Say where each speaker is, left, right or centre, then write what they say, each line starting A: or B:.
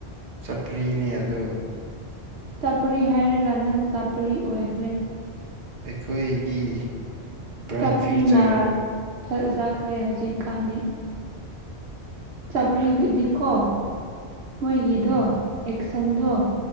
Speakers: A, on the right; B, on the right.
A: ꯆꯄ꯭ꯔꯤꯅꯦ ꯑꯗꯣ
B: ꯆꯄꯔꯤ ꯍꯥꯏꯔꯒ ꯅꯪ ꯆꯄꯔꯤ ꯑꯣꯏꯈ꯭ꯔꯦ
A: ꯑꯈꯣꯏꯒꯤ ꯕ꯭ꯔꯥꯏꯠ
B: ꯆꯥꯄ꯭ꯔꯤꯅ
A: ꯐ꯭ꯌꯨꯆꯔ
B: ꯐꯖꯈ꯭ꯔꯦ ꯍꯧꯖꯤꯛ ꯀꯥꯟꯗꯤ ꯆꯥꯄ꯭ꯔꯤꯒꯤꯗꯤꯀꯣ ꯃꯣꯏꯒꯤꯗꯣ
A: ꯎꯝ
B: ꯑꯦꯛꯁꯟꯗꯣ